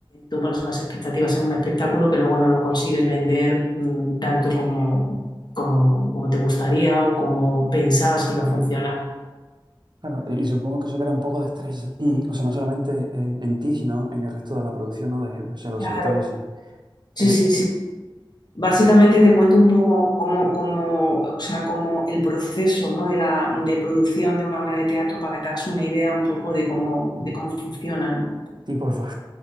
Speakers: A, on the left (about 55°); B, on the right (about 55°).
A: tú pones unas expectativas en un espectáculo que luego no lo consigues vender mm, tanto como, como, como te gustaría o como pensabas que iba a funcionar.
B: Claro, y, y supongo que eso crea un poco de estrés, <clears throat> o sea, no solamente en, en ti, sino en el resto de la producción, ¿no? De, no sé, los
A: Claro.
B: actores y...
A: Sí,
B: Eh,
A: sí, sí. Básicamente te cuento un poco cómo, cómo, o sea, cómo el proceso, ¿no? de la, de producción de una obra de teatro para que te hagas una idea un poco de cómo, de cómo funciona, ¿no?
B: sí, porfa.